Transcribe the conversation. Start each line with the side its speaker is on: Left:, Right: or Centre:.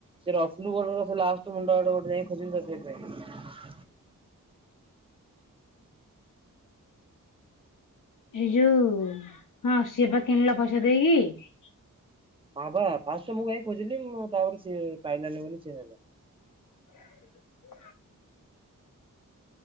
Right: ସେ ରସଲୁଗଡ ଲାଷ୍ଟ ମୁଣ୍ଡର ଗୋଟେ ଯାଇ ଖୋଜିବି ସେଇଥିପାଇଁ
Left: ହ ଏଇ ଯୋଉ ହଁ ସିଏ ବା କିଣିଲା ପଇସା ଦେଇକି।
Right: ହଁ ବା ଫାଷ୍ଟ ମୁଁ ଯାଇଁ ଖୋଜିଲି ମୁଁ ତାପରେ ସେ ପାଇଲାନି ବୋଲି ଚିହ୍ନେଇଲା।
Left: <unintelligible>